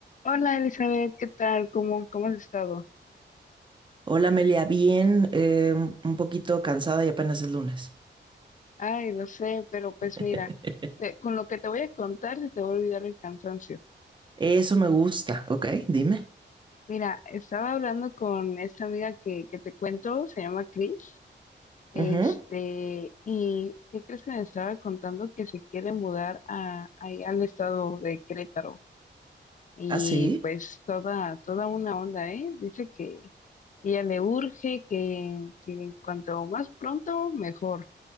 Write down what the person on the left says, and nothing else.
Hola Elizabeth, ¿qué tal? ¿Cómo, cómo has estado?
Ay, lo sé, pero pues
mira, te- con lo que te voy a contar se te va a olvidar el cansancio.
Mira, estaba hablando con esta amiga que, que te cuento, se llama Chris, este,
y ¿qué crees que me estaba contando? Que se quiere mudar a, ahí al estado de Querétaro. Y
pues toda, toda una onda, ¿eh? Dice que ella le urge, que, que cuanto más pronto, mejor.